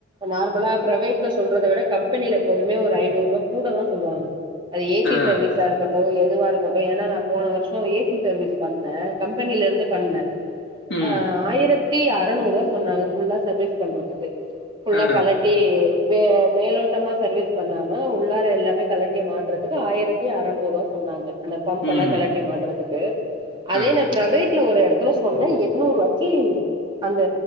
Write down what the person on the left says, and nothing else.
ஆ
ம்
ஆ
ம்
ஆ